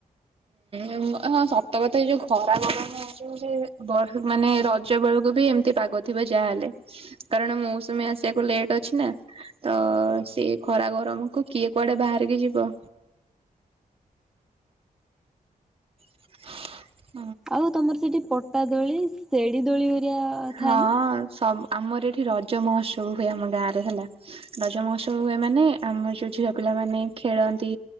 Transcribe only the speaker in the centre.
ଆଉ ତମର ସେଠି ପଟା ଦୋଳି ସେଢି ଦୋଳି ହେରିକା
ଥାଏ ନା?